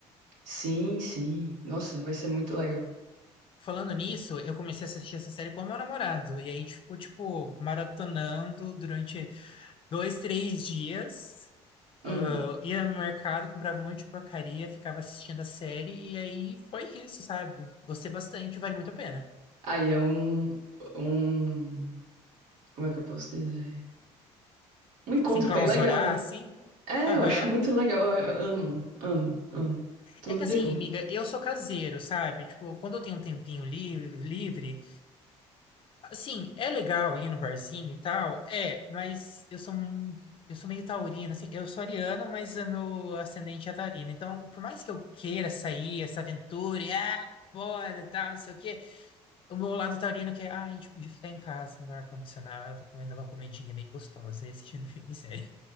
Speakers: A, on the right; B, on the left.
A: Sim, sim. Nossa, vai ser muito legal.
B: Falando nisso, eu comecei a assistir essa série com meu namorado. E aí a gente ficou, tipo, maratonando durante dois, três dias.
A: Hum.
B: Eu ia no mercado, comprava um monte de porcaria, ficava assistindo a série, e aí foi isso, sabe? Gostei bastante, vale muito a pena.
A: Aí é um. Um. Como é que eu posso dizer? Um encontro
B: Sem clausurar,
A: bem legal, né?
B: assim.
A: É,
B: Aham.
A: eu acho muito legal. Eu- eu amo, amo, amo. Tudo
B: É que
A: de
B: assim,
A: bom.
B: amiga, eu sou caseiro, sabe? Tipo, quando eu tenho um tempinho li- livre, assim, é legal ir no barzinho e tal, é, mas eu sou um- eu sou meio taurina, assim, eu sou ariana, mas é meu ascendente é taurino. Então, por mais que eu queira sair, essa aventura, e ah, bora, tal, não sei o quê. O meu lado taurino que é, ah, a gente podia ficar em casa, no ar-condicionado, comendo uma comidinha bem gostosa e assistindo filme e série.